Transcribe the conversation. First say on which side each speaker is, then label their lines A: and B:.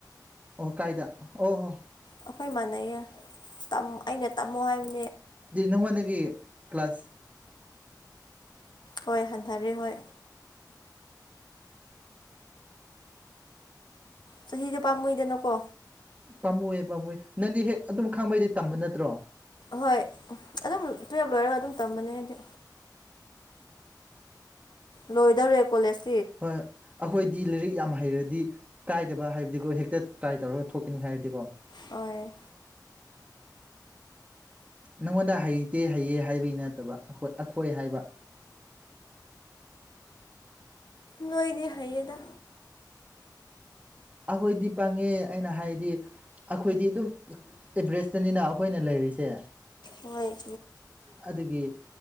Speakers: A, on the right; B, on the left.
A: ꯑꯣ ꯀꯥꯏꯗ ꯑꯣ ꯍꯣ
B: ꯑꯩꯈꯣꯏꯃꯥꯟꯅꯩꯌꯦ ꯑꯩꯅ ꯇꯝꯃꯣ ꯍꯥꯏꯕ
A: ꯅꯪꯉꯣꯟꯅꯗꯒꯤ ꯀ꯭ꯂꯥꯁ
B: ꯍꯣꯏ ꯍꯟꯊꯔꯦ ꯍꯣꯏ ꯆꯍꯤꯗꯤ ꯄꯥꯝꯃꯨꯏꯗꯅꯀꯣ
A: ꯄꯥꯝꯃꯨꯑ ꯄꯥꯝꯃꯨꯑꯦ ꯅꯪꯗꯤ ꯍꯦꯛ ꯑꯗꯨꯝ ꯈꯪꯕꯩꯗꯤ ꯇꯝꯕ ꯅꯠꯇ꯭ꯔꯣ
B: ꯍꯣꯏ ꯑꯗꯨꯝ ꯇꯨꯌꯦꯜꯞ ꯂꯣꯏꯔꯒ ꯑꯗꯨꯝ ꯇꯝꯕꯅꯦ ꯍꯥꯏꯗꯤ ꯂꯣꯏꯗꯧꯔꯦ ꯀꯣꯂꯦꯁ
A: ꯍꯣꯏ ꯑꯩꯈꯣꯏꯗꯤ ꯂꯥꯏꯔꯤꯛ ꯌꯥꯝ ꯍꯩꯔꯗꯤ ꯀꯥꯏꯗꯕ ꯍꯥꯏꯕꯗꯤ ꯍꯦꯛꯇ ꯇ꯭ꯔꯥꯏ ꯇꯧꯔꯒ ꯊꯣꯛꯀꯅꯤ ꯍꯥꯏꯔꯗꯤꯀꯣ꯫
B: ꯍꫭꯏ
A: ꯅꯪꯉꯣꯟꯗ ꯍꯩꯇꯦ ꯍꯩꯌꯦ ꯍꯥꯏꯕꯒꯤ ꯅꯠꯇꯕꯥ ꯑꯩꯈꯣꯏ ꯍꯥꯏꯕ꯫
B: ꯅꯣꯏꯗꯤ ꯍꯩꯌ°ꯗꯥ
A: ꯑꯩꯈꯣꯏꯗꯤ ꯄꯪꯉꯦ ꯑꯩꯅ ꯍꯥꯏꯗꯤ ꯑꯩꯈꯣꯏꯗꯤ ꯑꯗꯨꯝ ꯑꯦꯚꯔꯦꯁꯇꯅꯤꯅ ꯑꯩꯈꯣꯏꯅ ꯂꯩꯕꯁꯤ꯫ ꯂꯩꯔꯤꯁꯦ
B: ꯍꯣꯏꯏ
A: ꯑꯗꯨꯒꯤ